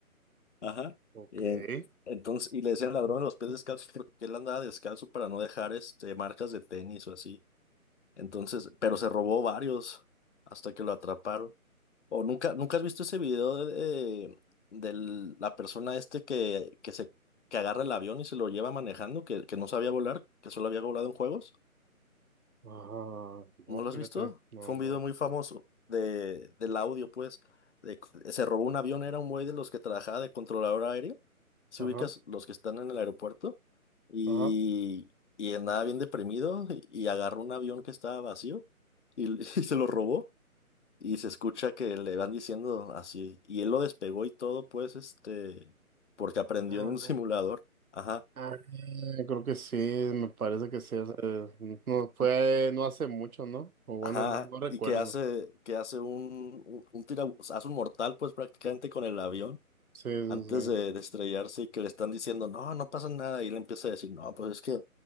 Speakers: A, on the left; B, on the right.
A: Ajá.
B: ok,
A: Eh,
B: ajá,
A: entonces, y le decían ladrón de los pies descalzos porque él andaba descalzo para no dejar este, marcas de tenis o así. Entonces, pero se robó varios hasta que lo atraparon. O nunca, nunca has visto ese video de, de la persona este que, que se que agarra el avión y se lo lleva manejando, que, que no sabía volar, que solo había volado en juegos.
B: no,
A: ¿No lo
B: fíjate,
A: has visto?
B: no,
A: Fue
B: no,
A: un video muy famoso de, del audio, pues, de, se robó un avión, era un güey de los que trabajaba de controlador aéreo. Si
B: ajá,
A: ubicas los que están en el aeropuerto, y,
B: ajá.
A: y andaba bien deprimido, y, y agarró un avión que estaba vacío y <laughs> y se lo robó. Y se escucha que le van diciendo así. Y él lo despegó y todo, pues, este, porque aprendió
B: Ah,
A: en un <laughs> simulador. Ajá.
B: ah, creo que sí, me parece que sí. o sea, no fue,
A: y-
B: no hace mucho, ¿no? O bueno,
A: Ajá.
B: no, no recuerdo.
A: Y que hace, que hace un, un, un tira- o sea, hace un mortal, pues, prácticamente con el avión
B: Sí, sí,
A: antes
B: sí.
A: de, de estrellarse y que le están diciendo, no, no pasa nada. Y él empieza a decir, no, pues es que